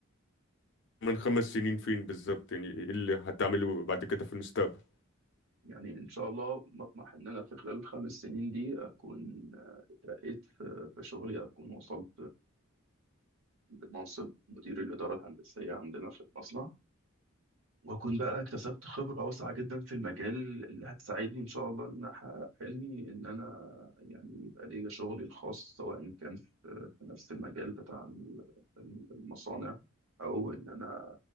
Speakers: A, on the left (about 60°); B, on the right (about 65°).
A: خمس سنين فين بالظبط يعني ايه اللي هتعمله بعد كده في المستقبل
B: يعني إن شاء الله بطمح إن أنا في خلال الخمس سنين دي أكون اترقيت في في شغلي أكون وصلت منصب مدير الإدارة الهندسية عندنا في المصنع وأكون بقى اكتسبت خبرة واسعة جدا في المجال اللي هتساعدني إن شاء الله إن أحقق حلمي إن أنا يعني يبقى ليا شغلي الخاص سواء كان في في نفس المجال بتاع ال- ال- المصانع أو إن أنا